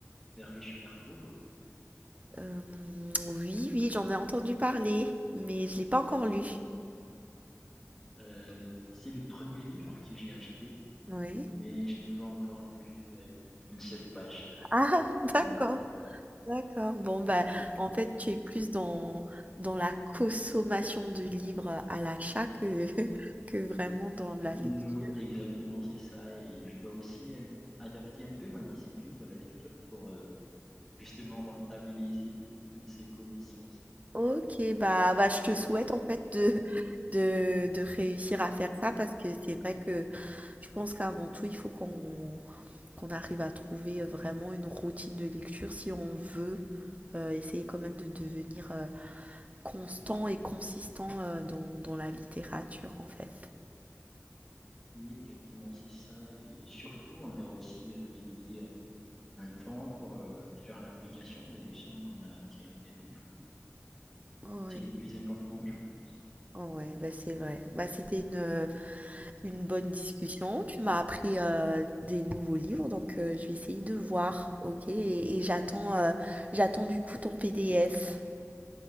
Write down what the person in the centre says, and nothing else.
Père riche, père pauvre.
Euh, c'est le premier livre que j'ai acheté,
mais je n'ai pas encore lu euh, une, une seule page.
Dommage.
Mm,
Oui, exactement, c'est ça. Et je dois aussi euh, adapter un peu ma discipline dans la lecture pour euh, justement rentabiliser toutes ces connaissances.
Oui, exactement, c'est ça. Et surtout, on doit aussi euh, dédier un temps pour euh, faire l'application des leçons qu'on a tirées des livres.
C'est le plus important, je pense.